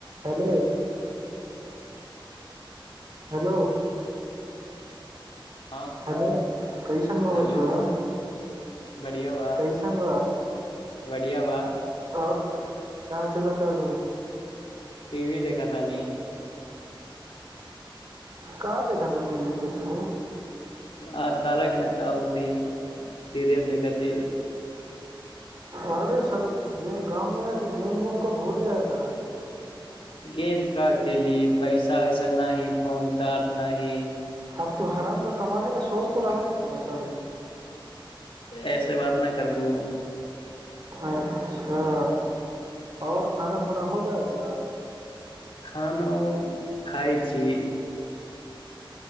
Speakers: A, on the right; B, on the left.
A: hello hello
B: हँ
A: hello कैइशन बाब
B: हेलो
A: छ बा
B: बढ़िया बा
A: कैइशन
B: बढ़िया बा
A: आओर का चलतड़
B: टीवी देखख तानी
A: का देखत रह टीवी पे तु
B: आ तारक मेहता ओथि सीरियल देखथि
A: अरे सर त गाममेके गेम गूम क भूल गय का
B: गेम का खेलेली पैसा वैसा नहि फोन चार्ज नहि
A: अब तो हराम का कमाने का सोच तो रहा ह तो बता दू
B: ऐसे बात न करबू
A: अच्छा और खाना खुना हो गया तोरा
B: खानो खाइ छी